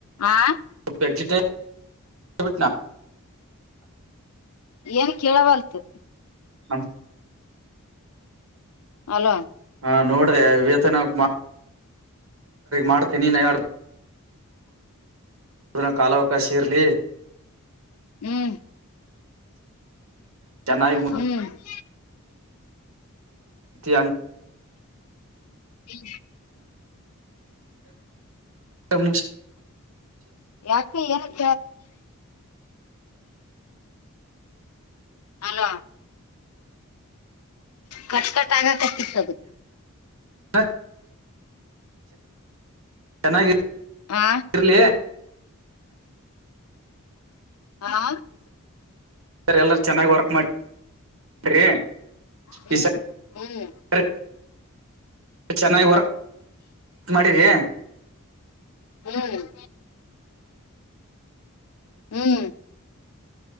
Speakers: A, on the left (about 80°); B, on the right (about 65°).
A: ಆ
B: ಸೂಪರ್ ಡಿಲೀಟ್ ಆಗ್ಬಿಟ್ನಾ
A: ಏನ್ ಕೇಳಬಾರತು
B: ಹಾ
A: ಹಲೋ
B: ಹಾ ನೋಡ್ರಿ ಇವತ ನಗ್ ಮಾಡ್ತೀನಿ ಯಾರ <unintelligible> ನ ಕಾಲಾವಕಾಶ ಇರಲಿ
A: ಹ್ಮ್
B: ಚೆಾಯಾಗಿ <unintelligible>
A: ಹ್ಮ್ <unintelligible>
B: ಅ
A: ಹ್ಮ
B: ಮು
A: ಯಾಕ ಏನ್ ಅಲ ಕಟ್ ಕಟ್ ಆಗ ಕತಿತು
B: ಹತ್ ಚನ,
A: ಆ
B: ಲ್ಲಿ
A: ಹಾ
B: ಸರ್ ಎಲ್ಲರ ಚೆನ್ನಾಗಿ ವರ್ಕ್ ಮಾಡಿರಿ
A: ಹ್ಮ್
B: ಈ
A: ಹ್ಮ್
B: ಸರಿ ಚೆನ್ನಾಗಿ ವರ್ಕ್ <inaudible> ಮಾಡಿ್ರರಿ
A: ಹ್ಮ್ ಹ್ಮ್